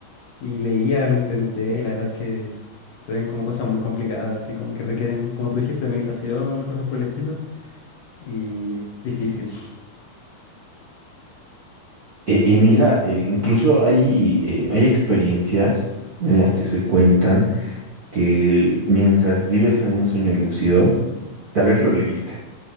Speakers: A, on the left; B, on the right.
A: Y leía, lo intenté, y la verdad es que se ven como cosas muy complicadas, así como que requieren, como tú dijiste, meditación, cosas por el estilo, y difícil.
B: Eh, Y, mira, eh, incluso hay, eh, hay experiencias en las que se cuentan que mientras vives en un sueño lúcido, tal vez lo leíste